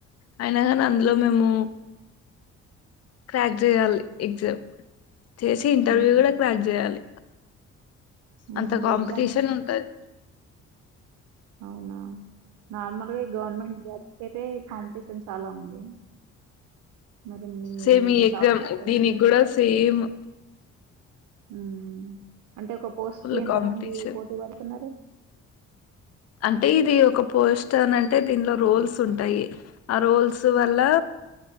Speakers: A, on the left; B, on the right.
A: అయినా కానీ అందులో మేము క్రాక్ జేయాలి ఎగ్జామ్ చేసి ఇంటర్వ్యూ
B: ఉహు
A: కూడా క్రాక్ జేయాలి
B: ఉహు
A: అంత కాంపిటీషన్
B: ఎగ్జామ్
A: ఉంటది
B: అవునా నార్మల్గా ఈ గవర్నమెంట్ జాబ్స్ కి అయితే కాంపిటీషన్ చాలా ఉంది మరి మీ
A: సేమ్ ఈ ఎగ్జామ్
B: సాఫ్ట్వేర్
A: దీనికి కూడా సేము
B: ఉమ్ అంటే ఒక పోస్ట్
A: ఫుల్
B: కు ఎంతమంది
A: కాంపిటీషన్
B: పోటీ పడుతున్నారు
A: అంటే ఇది ఒక పోస్ట్ అని అంటే దీనిలో రోల్స్ ఉంటాయి, ఆ రోల్స్ వల్ల